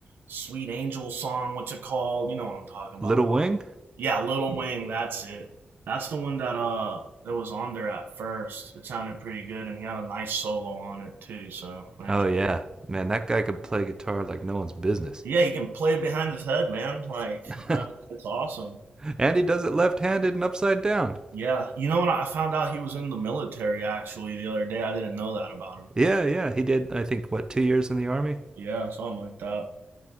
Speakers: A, on the right; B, on the right.
A: Sweet Angel song. What's it called? You know what I'm talking about.
B: Little Wing?
A: Yeah, Little Wing, that's it. That's the one that uh that was on there at first. It sounded pretty good, and he had a nice solo on it too. So, and
B: Oh yeah, man, that guy could play guitar like no one's business.
A: yeah, he can play it behind his head, man. Like,
B: <laughs>
A: uh, it's awesome.
B: and he does it left-handed and upside down.
A: Yeah, you know what? I found out he was in the military actually the other day. I didn't know that about him.
B: Yeah, yeah, he did. I think what two years in the army.
A: Yeah, something like that.